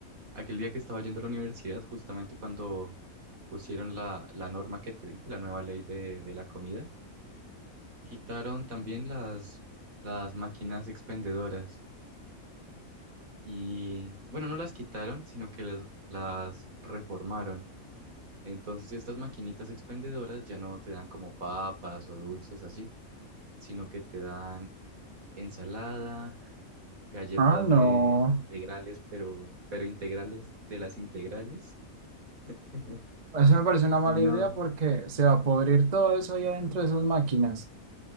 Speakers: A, on the right; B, on the right.
A: Aquel día que estaba yendo a la universidad, justamente cuando pusieron la, la norma que te dije, la nueva ley de, de la comida, quitaron también las, las máquinas expendedoras. Y bueno, no las quitaron, sino que las, las reformaron. Entonces estas maquinitas expendedoras ya no te dan como papas o dulces así, sino que te dan ensalada, galletas
B: Ah, no.
A: de integrales, pero, pero integrales de las integrales. <laughs>
B: Eso me parece una mala
A: Y no,
B: idea porque se va a podrir todo eso ahí adentro de esas máquinas.